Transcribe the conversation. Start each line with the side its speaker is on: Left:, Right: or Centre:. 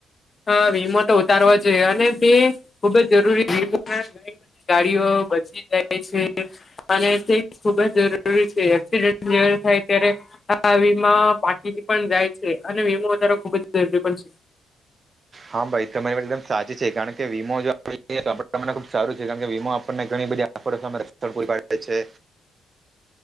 Left: હા વીમો તો ઉતારો જોઈએ, અને તે ખુબ જ જરૂરી વો ગાડીઓ બચી જાય છે, અને તે ખુબ જ જરૂરી છે, એક્સિડન્ટ જરૂર થાય ત્યારે હ વીમા બાકીની પણ જાય છે, અને વીમો વધારે ખુબ જ જરૂરી પણ છે.
Right: હા ભાઈ તમારી માટે એકદમ સાચી છે, કારણ કે વીમો જો આપ તો મને ખુબ સારું છે, કારણ કે વીમ આપણને ઘણી બધી. સ્થળ બાકી છે.